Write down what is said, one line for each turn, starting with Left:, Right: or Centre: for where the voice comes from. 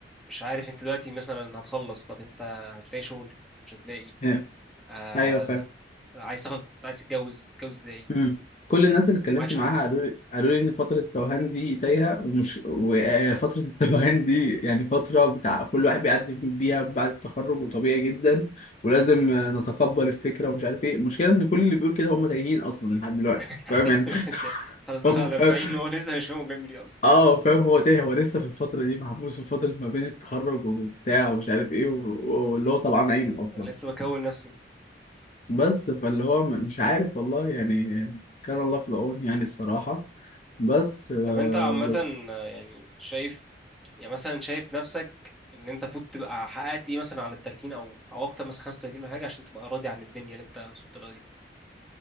Centre: مش عارف انت دلوقتي مثلا هتخلص طب انت هتلاقي شغل مش هتلاقي
Left: ايوه
Centre: آه...
Left: ايوه فاهم
Centre: عايز تاخد عايز تتجوز تتجوز ازاي
Left: امم كل الناس اللي اتكلمت
Centre: معكش
Left: معاها
Centre: حاجه
Left: قالوا لي قالوا لي ان فتره التوهان دي تايهه ومش وفتره التوهان دي يعني فتره بتاع كل واحد بيعدي بيها بعد التخرج وطبيعي جدا ولازم نتقبل الفكره ومش عارف ايه المشكله ان كل اللي بيقول كده هم تايهين اصلا لحد دلوقتي
Centre: <laughs>
Left: فاهم يعني <laughs>
Centre: خلاص
Left: هم
Centre: دخل على
Left: فاهم
Centre: 40 وهو لسه مش فاهم هو بيعمل ايه اصلا
Left: اه فاهم هو تايه هو لسه في الفتره دي محبوس في فتره ما بين التخرج وبتاع ومش عارف ايه و- واللي هو طلعان عينه اصلا
Centre: انا لسه بكون نفسي
Left: بس فاللي هو م- مش عارف والله يعني كان الله في العون يعني الصراحة بس آه،
Centre: طب انت عامه
Left: ب-
Centre: آه، يعني شايف يعني مثلا شايف نفسك ان انت فوت تبقى حققت ايه مثلا على ال 30 او او اكتر مثلا 35 ولا حاجه عشان تبقى راضي عن الدنيا اللي انت وصلت لها دي